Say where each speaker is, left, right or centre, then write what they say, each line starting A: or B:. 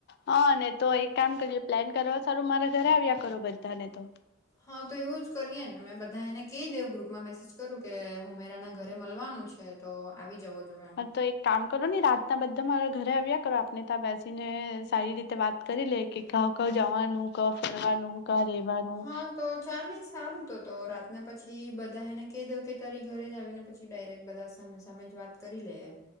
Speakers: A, on the left; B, on the left.
A: હા ને તો એક કામ કરીએ પ્લેન કરવા સારું મારા ઘરે આવ્યા કરો બધાને તો
B: હા તો એવું જ કરીએ ને મેં બધા એને કહી દેવ ગ્રુપમાં મેસેજ કરું કે હું મેરાના ઘરે મળવાનું છે. તો આવી જવો. જોઈએ એમ
A: હા તો એક કામ કરો ને, રાતના બધા મારા ઘરે આવ્યા કરો આપને ત્યા બેસીને સારી રીતે વાત કરી લે કે, ક ક જવાનું, ક ફરવાનું, ક રેવાનું?
B: હા તો ચાલ ની શ સારું તો તો રાતના પછી બધા એને કહી દઉં કે તારી ઘરે જ આવીને પછી ડાયરેક્ટ બધા સામે સામે જ વાત કરી લેએ.